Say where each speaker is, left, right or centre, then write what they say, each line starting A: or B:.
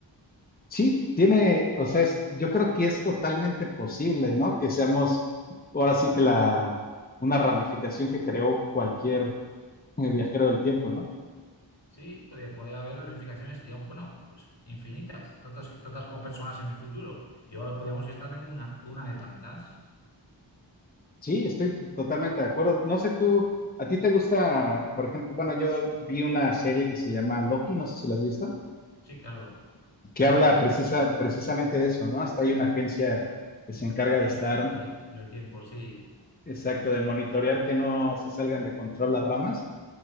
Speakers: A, on the left; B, on the left.
A: Sí, tiene, o sea, es- yo creo que es totalmente posible, ¿no? Que seamos ahora sí que la, una ramificación que creó cualquier eh, viajero del tiempo, ¿no?
B: Sí, podría, podría haber ramificaciones, digamos, bueno, pues infinitas, tantas, tantas como personas en el futuro. Y ahora podríamos estar en una, una de tantas.
A: Sí, estoy totalmente de acuerdo. No sé tú, ¿a ti te gusta, por ejemplo, bueno, yo vi una serie que se llama Loki, no sé si la has visto,
B: Sí, claro,
A: que
B: muy
A: habla
B: fan.
A: precisa, precisamente de eso, ¿no? Hasta hay una agencia que se encarga
B: La ciencia
A: de estar,
B: del, del tiempo, sí.
A: exacto, de monitorear que no se salgan de control las ramas.